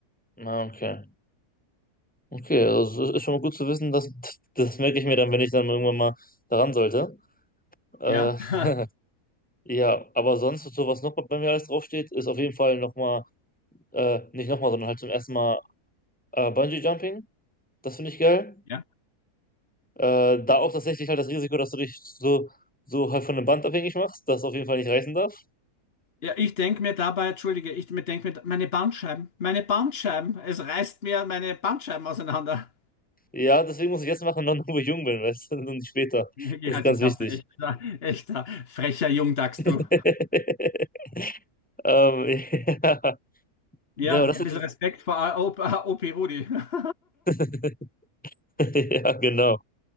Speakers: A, in the centre; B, on the left.
A: Ah, okay. Okay, also es ist schon mal gut zu wissen, dass das merke ich mir dann, wenn ich dann irgendwann mal daran sollte. Äh,
B: Ja, <laughs>
A: <laughs> ja, aber sonst, so was noch bei mir alles draufsteht, ist auf jeden Fall nochmal, äh, nicht nochmal, sondern halt zum ersten Mal äh, Bungee Jumping. Das finde ich geil.
B: ja.
A: Äh, da auch tatsächlich halt das Risiko, dass du dich so, so halt von einem Band abhängig machst, das auf jeden Fall nicht reißen darf.
B: Ja, ich denke mir dabei, entschuldige, ich mir denke mir, meine Bandscheiben, meine Bandscheiben, es reißt mir meine Bandscheiben auseinander.
A: Ja, deswegen muss ich jetzt machen, <laughs> noch wo ich jung bin, weißt du, und nicht später.
B: <laughs> Wirklich
A: Das
B: halt
A: ist ganz
B: die Klappe,
A: wichtig.
B: echter, <laughs> echter, frecher Jungdachs,
A: <laughs>
B: du.
A: Ähm, <laughs> ja.
B: Ja,
A: Nee, aber das
B: ein
A: ist.
B: bisschen Respekt vor A- O- OP Rudi. <laughs>
A: <laughs> Ja, genau.